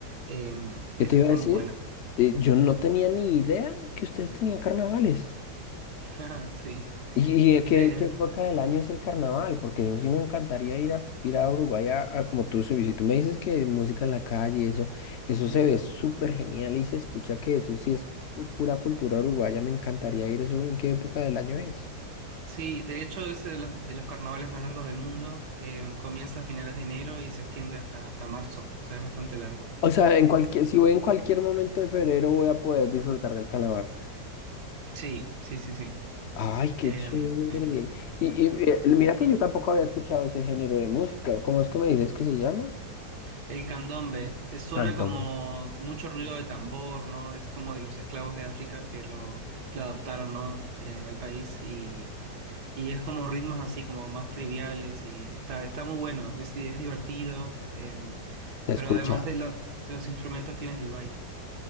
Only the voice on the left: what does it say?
¿Qué
te iba
a decir?
Eh, yo no tenía ni idea que ustedes tenían carnavales.
¿Y, y a
qué, qué época del año es el carnaval? Porque eso sí me encantaría ir a, ir a Uruguay a, a como tú, si si tú me dices que música en la calle, y eso, eso
se ve súper genial y se escucha que eso sí es pu- pura cultura uruguaya. Me encantaría ir eso. ¿En qué época del año es?
O sea, en cualquier, si voy en cualquier momento de febrero voy a poder disfrutar del carnaval.
Ay, qué
chévere.
Y, y, eh, mira
que yo tampoco había escuchado ese género de música. ¿Cómo es que me dices que se llama?
Candombe.
Se
escucha.